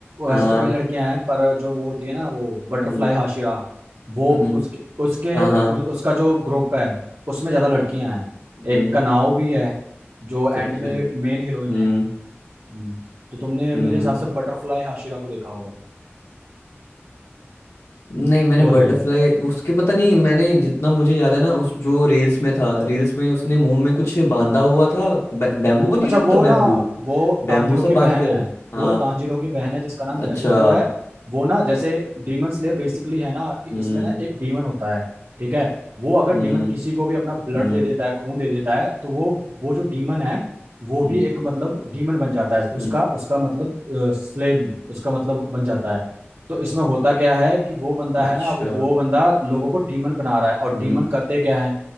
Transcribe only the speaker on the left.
हाँ
हम्म,
हम्म,
हाँ
हाँ
हम्म,
अच्छा
हम्म
हम्म
नहीं मैंने
बटरफ्लाई
उसके पता नहीं मैंने जितना मुझे याद है ना उस जो रील्स में था रील्स में उसने मुंह में कुछ बांधा हुआ था बै, बैम्बू नहीं
होता
बैम्बू
बैम्बू सा
बांध कर
हाँ
अच्छा
हम्म
हम्म
हम्म
हम्म
हम्म,
अच्छा
हम्म